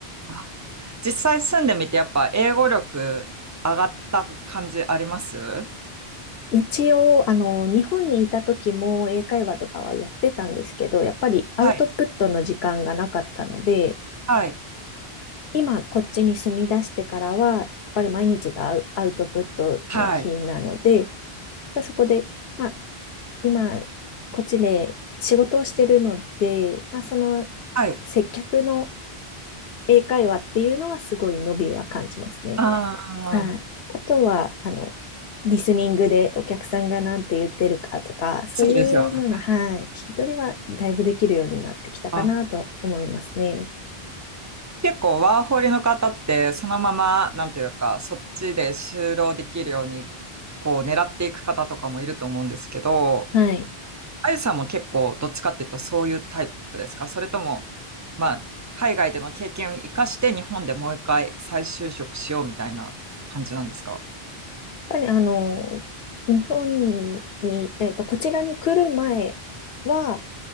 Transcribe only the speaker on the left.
一応、あの、日本にいた時も英会話とかはやってたんですけど、やっぱりアウトプットの時間がなかったので、
今こっちに住み出してからは、やっぱり毎日がアウトプットの日なので、
やっぱりそこで、まあ、今、こっちで仕事をしてるので、まあ、その
接客の英会話っていうのはすごい伸びは感じますね。
はい。あとは、あの、リスニングでお客さんが何て言ってるかとか、そういうのの、
はい、聞き取りはだいぶできるようになってきたかなと思いますね。
はい。
ぱりあの、日本に、えっと、こちらに来る前は、